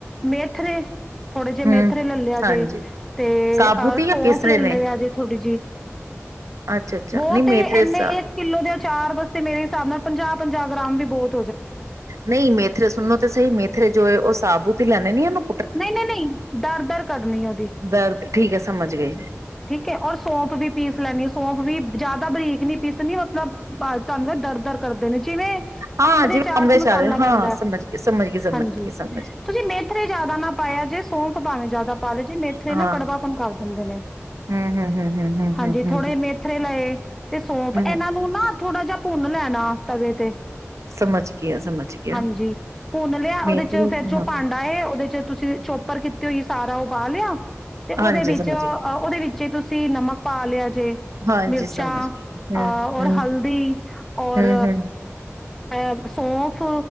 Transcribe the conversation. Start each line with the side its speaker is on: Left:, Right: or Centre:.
Centre: ਮੇਥਰੇ। ਥੋੜੇ ਜੇ
Right: ਹੂੰ
Centre: ਮੇਥਰੇ ਲੈ ਲਆ
Right: ਹਾਂਜੀ
Centre: ਜੇ ਤੇ
Right: ਸਾਬੂਤ
Centre: ਅਹ ਸੌਂਫ
Right: ਜਾਂ ਪੀਸਰੇ
Centre: ਲੈ ਲਆ
Right: ਨੇ?
Centre: ਜੇ ਥੋੜੀ ਜੀ।
Right: ਅੱਛਾ, ਅੱਛਾ
Centre: ਬੌਤ
Right: ਨਹੀਂ ਮੇਥਰੇ
Centre: ਏ ਐਨੇ
Right: ਸਾ
Centre: ਏਕ ਕਿੱਲੋ ਦੇ ਅ ਚਾਰ ਬਸ ਤੇ ਮੇਰੇ ਹਿਸਾਬ ਨਾਲ ਪੰਜਾਹ ਪੰਜਾਹ ਗ੍ਰਾਮ ਵੀ ਬੌਤ
Right: ਨਹੀਂ ਮੇਥਰੇ ਸੁਣੋ ਤੇ ਸਹੀ ਮੇਥਰੇ ਜੋ ਏ ਔ ਸਾਬੂਤ ਲੈਂਣੇ ਨੇ ਤਾਂ ਮ
Centre: ਨਈ ਨਈ ਨਈ, ਦਰ ਦਰ ਕਢਨੀ ਏ ਔਦੀ।
Right: ਦਰਦ ਠੀਕ ਹੈ ਸਮਝ ਗਈ।
Centre: ਠੀਕ ਹੈ ਔਰ ਸੌਂਫ ਵੀ ਪੀਸ ਲੈਂਣੀ ਏ ਸੌਂਫ ਵੀ ਜੈਦਾ ਬਰੀਕ ਨੀ ਪੀਸਣੀ ਮਤਲਬ ਤੁਵਾ ਤਾਨੂੰ ਦਰ ਦਰ ਕਰਦੇ ਨੇ ਜ ਜਿਵੇਂ,
Right: ਹਾਂ
Centre: ਅੰਬ ਦੇ
Right: ਜਿਵੇਂ
Centre: ਚਾਰ
Right: ਅੰਮ੍ਰਿਤ
Centre: ਚ ਮਸਾਲਾ
Right: ਹਾਂ
Centre: ਪੈਂਦੈ।
Right: ਸਮਝ ਗਈ, ਸਮਝ ਗਈ, ਸਮਝ
Centre: ਹਾਂਜੀ,
Right: ਗਈ, ਸਮਝ ਗਈ
Centre: ਤੁਸੀਂ ਮੇਥਰੇ ਜੈਦਾ ਨਾ ਪਾਯਾ ਜੇ ਸੌਂਫ ਭਾਵੇਂ ਜੈਦਾ ਪਾ ਲੋ ਜੇ ਮੇਥਰੇ
Right: ਹਾਂ
Centre: ਨਾ ਕੜਵਾਪਨ ਕਰ ਦਿੰਦੇ ਨੇ।
Right: ਹੂੰ, ਹੂੰ, ਹੂੰ, ਹੂੰ, ਹੂੰ,
Centre: ਹਾਂਜੀ,
Right: ਹੂੰ,
Centre: ਥੋੜੇ
Right: ਹੂੰ,
Centre: ਮੇਥਰੇ ਲਏ ਤੇ ਸੌਂਫ
Right: ਹੂੰ ਹੂੰ
Centre: ਐਨਾਂ ਨੂੰ ਨਾ ਥੋੜਾ ਜਾ ਭੁੰਨ ਲੈਣਾ। ਆ ਤਵੇ ਤੇ।
Right: ਸਮਝ ਗਿਆ, ਸਮਝ ਗਿਆ
Centre: ਹਾਂਜੀ, ਭੁੰਨ ਲਿਆ
Right: ਮੇਥਰੇ
Centre: ਔਦੇ ਚ ਫੇਰ ਜੋ
Right: ਹਾਂ
Centre: ਭਾਂਡਾ ਏ ਔਦੇ ਚ ਤੁਸੀਂ ਚੋਪਰ ਕੀਤੇ ਹੋਈ ਸਾਰਾ ਉ ਪਾ ਲਿਆ। ਤੇ
Right: ਹਾਂਜੀ
Centre: ਔਦੇ ਵਿੱਚ
Right: ਸਮਝ
Centre: ਅ
Right: ਗਈ,
Centre: ਵਿੱਚੇ ਤੁਸੀਂ ਨਮਕ ਪਾ ਲਿਆ ਜ ਜੇ
Right: ਹਾਂਜੀ
Centre: ਮਿਰਚਾਂ
Right: ਸਮਝ ਗਈ ਹੂੰ,
Centre: ਅ
Right: ਹੂੰ,
Centre: ਔਰ
Right: ਹੂੰ,
Centre: ਹਲਦੀ ਔਰ
Right: ਹੂੰ, ਹੂੰ,
Centre: ਅ ਸੌਂਫ